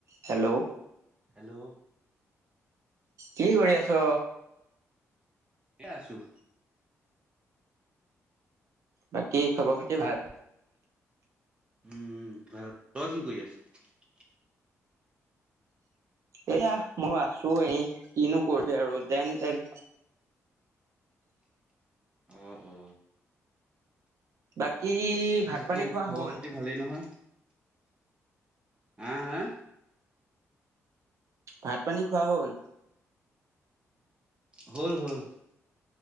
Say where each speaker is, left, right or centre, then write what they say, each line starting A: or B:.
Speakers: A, on the right; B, on the right.
A: Hello
B: hello
A: কি কৰি আছ?
B: এ আছোঁ।
A: বাকী খবৰ খাতি ভাল?
B: উ উ, ভাল। তই কি কৰি আছ?
A: এয়া মই আছোঁ এ, কিনো কৰিবি আৰু যেন তেন।
B: অ অ।
A: বাক কি ভাত
B: বাকী
A: পানী খোৱা
B: খবৰ
A: হ'ল?
B: খাতি ভালেই নহয় হা হা?
A: ভাত পানী খোৱা হ'ল?
B: হ'ল হ'ল।